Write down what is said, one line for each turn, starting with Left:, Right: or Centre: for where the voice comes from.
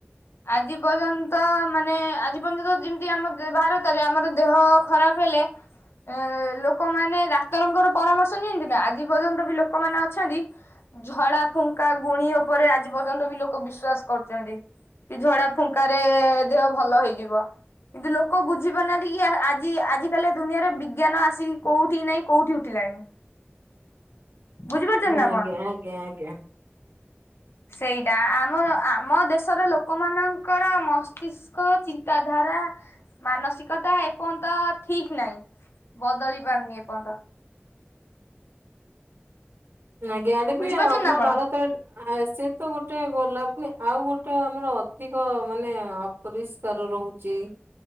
Left: ଆଜି ପର୍ଯ୍ୟନ୍ତ ମାନେ ଆଜି ପର୍ଯ୍ୟନ୍ତ ଯେମିତି ଆମ ଭାରତରେ ଆମର ଦେହ ଖରାପ ହେଲେ ଏ ଲୋକମାନେ ଡାକ୍ତରଙ୍କର ପରାମର୍ଶ ନିଅନ୍ତି ନା ଆଜି ପର୍ଯ୍ୟନ୍ତ ଲୋକମାନେ ଅଛନ୍ତି ଝଡା ଫୁଙ୍କା ଗୁଣି ଉପରେ ଆଜି ପର୍ଯ୍ୟନ୍ତ ବି ଲୋକ ବିଶ୍ଵାସ କରୁଛନ୍ତି। କି ଝଡା ଫୁଙ୍କାରେ ଦେହ ଭଲ ହେଇଯିବ କିନ୍ତୁ, ଲୋକ ବୁଝି ପାରୁନାହାନ୍ତି କି ଆଜି ଆଜି କାଲି ଦୁନିଆରେ ବିଜ୍ଞାନ ଆସିକି କୋଉଠି ନାଇଁ କୋଉଠି ଉଠିଲାଣି। ବୁଝିପାରୁଛନ୍ତି ନା
Right: ଆଜ୍ଞା
Left: ଆପଣ?
Right: ଆଜ୍ଞା ଆଞା।
Left: ସେଇଟା ଆମ ଆମ ଦେଶର ଲୋକ ମାନଙ୍କର ମସ୍ତିଷ୍କ, ଚିନ୍ତାଧାରା, ମାନସିକତା ଏପର୍ଯ୍ୟନ୍ତ ଠିକ ନାହିଁ ବଦଳି ପାରୁନି ଏପର୍ଯ୍ୟନ୍ତ।
Right: ଆଜ୍ଞା ଗଲେ ବି
Left: ବୁଝିପାରୁଛନ୍ତି
Right: ଆମ
Left: ନା ଆପଣ
Right: ଭାରତରେ ସିଏ ତ ଗୋଟେ ଗଲାପ ଟେ ଆଉ ଗୋଟେ ଆମର ଅଧିକ ମାନେ ଅପରିଷ୍କାର ରହୁଛି